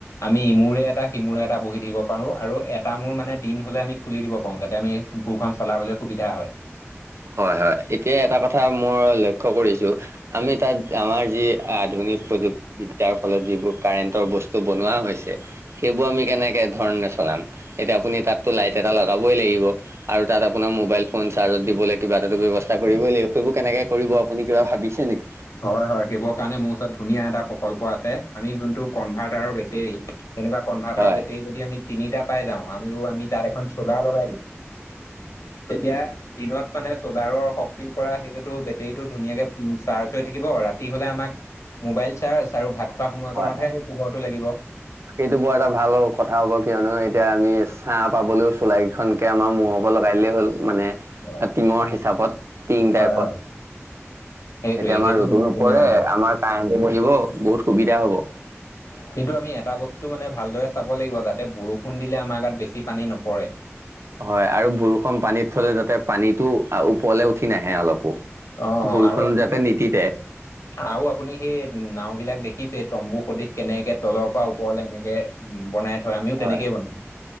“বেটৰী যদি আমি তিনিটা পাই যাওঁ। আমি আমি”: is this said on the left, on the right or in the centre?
Left